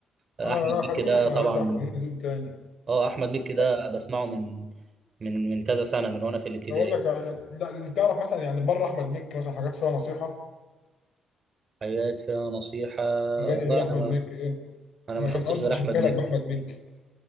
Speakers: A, on the right; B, on the left.
A: احمد
B: اه لا خلينا
A: مكي ده
B: احنا
A: طبعا
B: يا باشا احنا لينا ذوق تاني
A: اه احمد مكي
B: خد
A: ده
B: بالك،
A: بسمعه من من من كذا سنه من وانا في الابتدائي
B: انا بقول لك يعني- لا اللي تعرف مثلا يعني بره احمد مكي مثلا حاجات فيها نصيحه
A: حاجات فيها نصيحه
B: اغاني
A: والله
B: غير
A: انا
B: احمد
A: ما
B: مكي زي-
A: انا
B: انا
A: ما شفتش
B: كان قصدي
A: غير
B: بشبه
A: احمد مكي
B: لك باحمد مكي